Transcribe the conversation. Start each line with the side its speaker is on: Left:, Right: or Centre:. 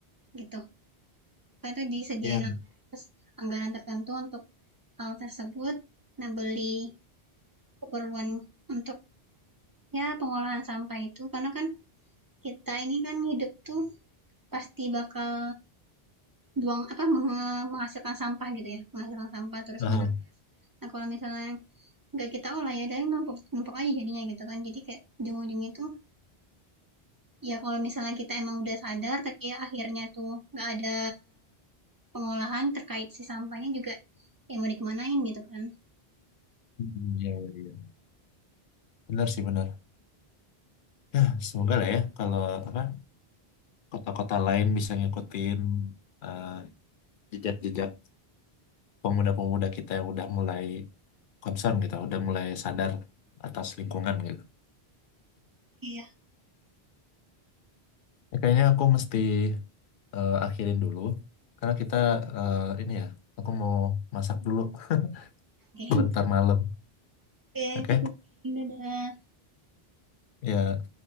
Right: gitu. Karena disediain
Left: Iya.
Right: anggaran, terus anggaran tertentu untuk hal tersebut. Nah, beli keperluan untuk ya pengolahan sampah itu karena kan kita ini kan hidup tuh pasti bakal buang apa menghasilkan sampah gitu ya menghasilkan sampah terus
Left: Aha.
Right: menerus nah kalau misalnya nggak kita olah ya dari numpuk numpuk aja jadinya gitu kan jadi kayak ujung-ujungnya tuh ya kalau misalnya kita emang udah sadar tapi ya akhirnya tuh nggak ada pengolahan terkait si sampahnya juga yang mau dikemanain gitu kan
Left: Hmm, Iya, iya, iya. Benar sih, benar. Ya, semoga lah ya kalau apa kota-kota lain bisa ngikutin eh, jejak-jejak pemuda-pemuda kita yang udah mulai concern gitu, udah mulai sadar atas lingkungan gitu.
Right: iya
Left: Ya, Kayaknya aku mesti eh, akhirin dulu karena kita eh, ini ya, aku mau masak dulu <laughs>
Right: oke
Left: buat ntar malam.
Right: oke
Left: Oke,
Right: pikir dadah
Left: Ya,